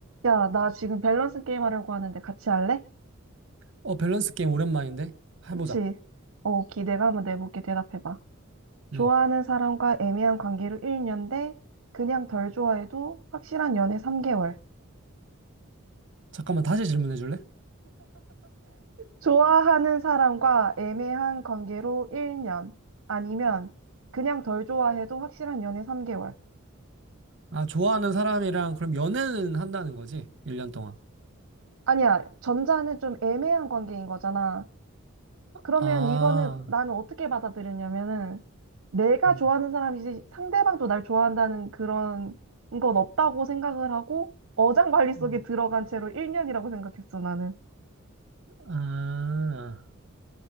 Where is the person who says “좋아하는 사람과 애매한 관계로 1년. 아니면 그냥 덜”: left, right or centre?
Right